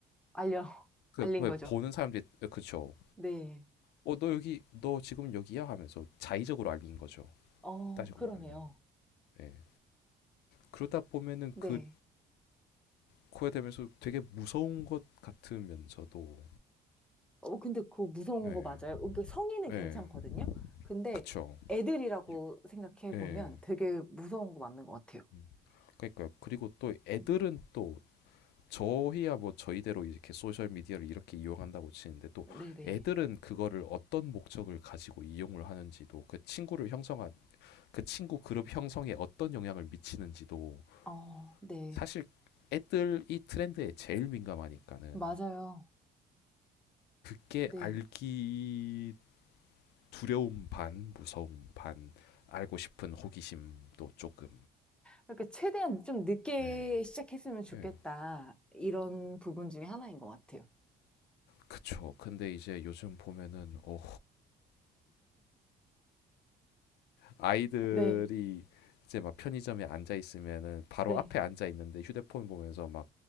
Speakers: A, in the centre; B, on the left.
A: 알려, <laughs>
B: 그
A: 알린
B: 왜
A: 거죠.
B: 보는 사람들이 어, 그쵸.
A: 네.
B: 어, 너 여기 너 지금 여기야 하면서 자의적으로 알린 거죠.
A: 어,
B: 따지고
A: 그러네요.
B: 보면은. 예. 그러다 보면은
A: 네.
B: 그 코에 대면서 되게 무서운 것 같으면서도
A: 어, 근데 그거 무서운
B: 예.
A: 거 맞아요? 그러니까 성인은 괜찮거든요?
B: 예.
A: 근데
B: 그쵸.
A: 애들이라고
B: 유-
A: 생각해
B: 예.
A: 보면 되게 무서운 거 맞는 것 같아요.
B: 음. 그러니까 그리고 또 애들은
A: 음.
B: 또 저희야 뭐 저희대로 이렇게 소셜 미디어를 이렇게 이용한다고 치는데 또
A: 네네.
B: 애들은 그거를 어떤 목적을 가지고 이용을 하는지도 그 친구를 형성한 그 친구 그룹 형성에 어떤 영향을 미치는지도
A: 어, 네.
B: 사실 애들이 트렌드에 제일 민감하니까는
A: 맞아요.
B: 이게
A: 네.
B: 알기 두려움 반 무서움 반 알고 싶은 호기심도 조금
A: 그러니까 최대한 좀 늦게
B: 예.
A: 시작했으면 좋겠다.
B: 예.
A: 이런 부분 중에 하나인 것 같아요.
B: 그쵸 근데 이제 요즘 보면은 어 아이들이
A: 네,
B: 이제 막 편의점에 앉아 있으면은 바로
A: 네.
B: 앞에 앉아 있는데 휴대폰 보면서 막